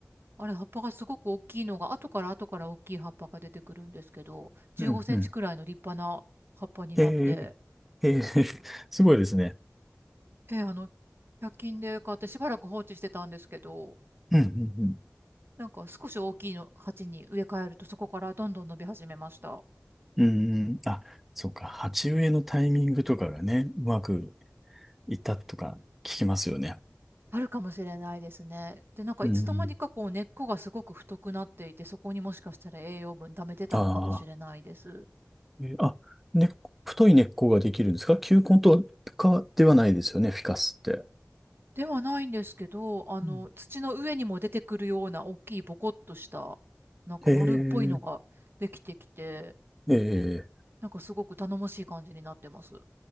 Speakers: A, on the right (about 45°); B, in the centre.
A: あれ、葉っぱがすごく大きいのが、後から後から大きい葉っぱが出てくるんですけど、15センチくらいの立派な葉っぱになって、
B: うん、うん。ええ、ええ、<laughs> すごいですね。
A: えーあの、100均で買ってしばらく放置してたんですけど、
B: うん、うん、
A: なんか少し大きいの鉢に植え替えると、そこからどんどん伸び始めました。
B: うん。うんうんあ、そうか。鉢植えのタイミングとかがね、うまくいったとか聞きますよね。
A: あるかもしれないですね。で、なんかいつの間にかこう根っこがすごく太くなっていて、
B: うん。
A: そこにもしかしたら栄養分溜めてたのかもしれないです。
B: ああ、えあ、根っこ太い根っこができるんですか球根とかではないですよね、フィカスって。
A: ではないんですけど、あの、
B: うん
A: 土の上にも出てくるような大きいボコッとした、なんか丸っぽいのができてきて、
B: へえ、ええ、
A: なんかすごく頼もしい感じになってます。